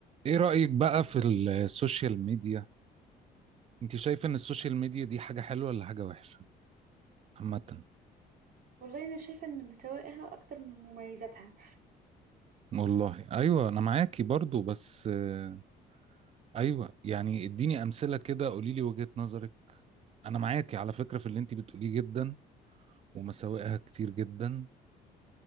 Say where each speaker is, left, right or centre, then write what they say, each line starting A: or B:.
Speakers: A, on the right; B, on the right.
A: ايه رأيك بقى في السوشيال ميديا انت شايف ان السوشيال ميديا دي حاجة حلوة ولا حاجة وحشة عامة
B: والله انا شايفه ان مساوئها اكتر من مميزاتها
A: والله ايوه انا معاكي برضو بس آه، ايوه يعني اديني امثلة كده قولي لي وجهة نظرك انا معاكي على فكرة في اللي انت بتقوليه جدا ومساوئها كتير جدا